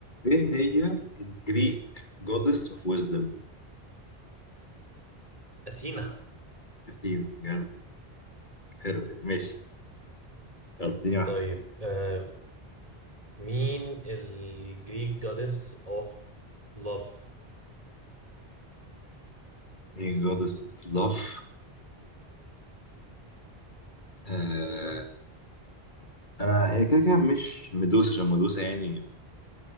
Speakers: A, on the left; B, on the right.
A: ايه هي الجريك جودس اوف ويزدم
B: أثينا
A: اثينا جدع حلو ماشي يلا اديني واحده
B: طيب آه مين الجريك جادس اوف لاف
A: ايه جودس اوف لاف آه
B: ايوه
A: انا هي كده كده مش مدوسه عشان مدوسه يعني